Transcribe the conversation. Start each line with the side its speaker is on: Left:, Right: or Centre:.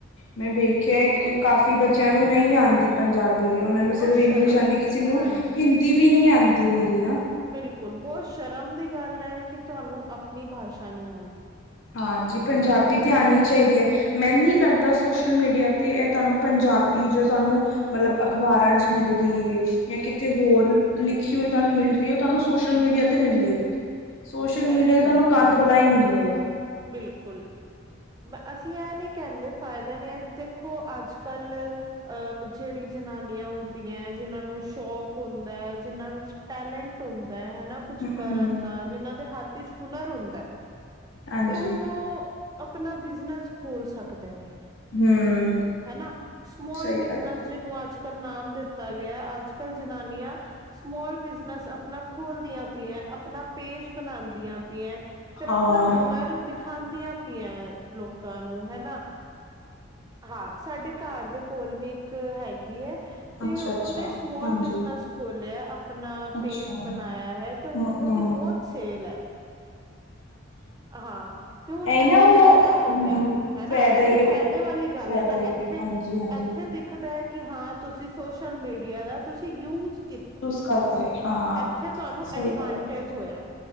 Left: ਮੈਂ ਵੇਖਿਆ
Right: ਬਿਲਕੁਲ
Left: ਕਿ ਉਹ ਕਾਫੀ ਬੱਚਿਆਂ ਨੂੰ ਨਹੀਂ ਆਂਦੀ ਪੰਜਾਬੀ, ਉਹਨਾਂ ਨੂੰ
Right: ਬਹੁਤ
Left: ਸਿਰਫ
Right: ਸ਼ਰਮ
Left: ਇੰਗਲਿਸ਼ ਆਂਦੀ, ਕਿਸੇ ਨੂੰ
Right: ਹਾਂਜੀ
Left: ਹਿੰ ਹਿੰਦੀ ਵੀ ਨੀ ਆਂਦੀ ਹੁਣੀ ਨਾ।
Right: ਬਿਲਕੁਲ ਬਹੁਤ ਸ਼ਰਮ ਦੀ ਗੱਲ ਐ ਕਿ ਤੁਹਾਨੂੰ ਆਪਣੀ ਬਾਸ਼ਾ ਨਹੀਂ ਆਂਦੀ।
Left: ਹਾਂਜੀ, ਪੰਜਾਬੀ ਤੇ ਆਣੀ ਹੀ ਚਾਹੀਦੀ ਐ। ਮੈਨੂੰ ਨੀ ਲੱਗਦਾ ਸੋਸ਼ਲ ਮੀਡੀਆ ਤੇ ਇਹ ਤੁਹਾਨੂੰ ਪੰਜਾਬੀ ਜੋ ਤੁਹਾਨੂੰ ਮਤਲਬ ਅਖ਼ਬਾਰਾਂ ਚ ਮਿਲਦੀ ਏ। ਜਾਂ ਕਿਤੇ ਹੋਰ ਲਿਖੀ ਹੋਈ ਤੁਹਾਨੂੰ ਮਿਲ ਰਹੀ ਏ ਉਹ ਤੁਹਾਨੂੰ ਸੋਸ਼ਲ ਮੀਡੀਆ ਤੇ ਮਿਲੇਗੀ। ਸੋਸ਼ਲ
Right: ਨਹੀਂ
Left: ਮੀਡੀਆ
Right: ਮਿਲਦੀ
Left: ਤੇ ਤੁਹਾਨੂੰ ਗੰਦ ਬੁਲਾ ਈ ਮਿਲੇਗਾ।
Right: ਬਿਲਕੁਲ। ਅਸੀਂ ਇਹ ਨੀ ਕਹਿੰਦੇ ਫਾਇਦਾ ਨੀ ਹੈ ਦੇਖੋ ਅੱਜ ਕੱਲ ਅਹ ਜਿਹੜੀ ਜਨਾਨੀਆਂ ਹੁੰਦੀਆਂ, ਜਿੰਨਾਂ ਨੂੰ ਸ਼ੋਕ ਹੁੰਦਾ ਹੈ ਜਿੰਨਾਂ ਵਿੱਚ ਟੈਲੈਂਟ ਹੁੰਦਾ ਹੈ ਹਨਾ ਕੁਛ
Left: ਹਮ
Right: ਕਰਨ
Left: ਹਮ
Right: ਦਾ ਜਿਨਾਂ ਦੇ ਹੱਥ ਵਿਚ ਹੁਨਰ ਹੁੰਦਾ।
Left: ਹਾਂਜੀ
Right: ਤੇ ਹੁਣ ਉਹ ਆਪਣਾ ਬਿਜਨਸ ਖੋਲ ਸਕਦੇ ਨੇ।
Left: ਹਮ
Right: ਹਨਾ, ਸਮੋਲ
Left: ਸਹੀ
Right: ਬਿਜਨਸ
Left: ਗੱਲ ਹੈ।
Right: ਜਿਹਨੂੰ ਅੱਜ ਕੱਲ ਨਾਮ ਦਿੱਤਾ ਗਿਆ, ਅੱਜ ਕੱਲ ਜਨਾਨੀਆਂ ਸਮੋਲ ਬਿਜ਼ਨਸ ਆਪਣਾ ਆਪਣਾ ਖੋਲਦੀਆਂ ਪੀਆਂ ਆਪਣਾ ਪੇਜ ਬਣਾਦੀਆਂ ਪੀਆਂ, ਫਿਰ
Left: ਹਾਂ
Right: ਆਪਣਾ ਹੁਨਰ ਦਿਖਾਦੀਆਂ ਪੀਆਂ ਲੋਕਾਂ ਨੂੰ ਹਨਾ। ਹਾਂ, ਸਾਡੇ ਘਰ ਦੇ ਕੋਲ ਵੀ ਇੱਕ ਹੈਗੀ ਹੈ ਤੇ
Left: ਅੱਛਾ
Right: ਉਹਨੇ
Left: ਅੱਛਾ
Right: ਸਮੋਲ
Left: ਹਾਂਜੀ
Right: ਬਿਜਨਸ ਖੋਲਿਆ ਆਪਣਾ
Left: ਅੱਛਾ
Right: ਪੇਜ ਬਣਾਇਆ ਹੈ। ਤੇ
Left: ਹਮ
Right: ਹੁਣ ਉਹਦੀ
Left: ਹਮ
Right: ਬਹੁਤ ਸੇਲ ਹੈ। ਹਾਂ ਤੇ ਹੁਣ
Left: ਐ
Right: ਇਹ
Left: ਨਾ ਉਹਨੂੰ
Right: ਤੇ ਫਾਇਦਾ ਹੋ
Left: ਹੂੰ
Right: ਗਿਆ, ਹਨਾ
Left: ਫਾਇਦਾ
Right: ਇਹ
Left: ਹੀ
Right: ਤੇ
Left: ਹੋ-
Right: ਫਾਇਦੇ ਵਾਲੀ ਗੱਲ
Left: ਫਾਇਦਾ
Right: ਏ ਨਾ,
Left: ਹੀ
Right: ਇੱਥੇ
Left: ਹੈ ਹਾਂਜੀ ਹਾਂਜੀ
Right: ਇੱਥੇ ਦੀ ਦੁੱਖਦਾ ਕਿ ਹਾਂ ਤੁਸੀਂ ਸੋਸ਼ਲ ਮੀਡੀਆ ਦਾ ਤੁਸੀਂ ਯੂਜ ਕੀ
Left: ਉਸ ਕਰਤਾ ਹੈ ਹਾਂ
Right: ਇੱਥੇ ਤੁਹਾਨੂੰ
Left: ਸਹੀ
Right: ਐਡਵਾਂਟੇਜ
Left: ਗੱਲ
Right: ਹੋਇਆ।